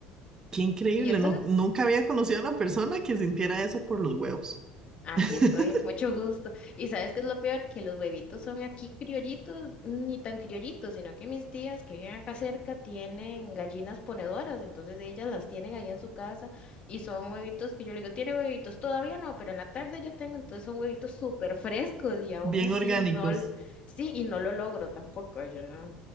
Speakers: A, on the right; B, on the left.
A: Qué increíble,
B: Y eso
A: nu- nunca había conocido a una persona que sintiera eso por los huevos.
B: Aquí
A: <laughs>
B: estoy, mucho gusto. ¿Y sabes qué es lo peor? Que los huevitos son aquí criollitos, ni tan criollitos, sino que mis tías que viven acá cerca tienen gallinas ponedoras, entonces ellas las tienen ahí en su casa y son huevitos que yo le digo, tiene huevitos, todavía no, pero en la tarde yo tengo, entonces son huevitos súper frescos y aún
A: Bien
B: así
A: orgánicos.
B: no, l- sí, y no lo logro tampoco, yo no,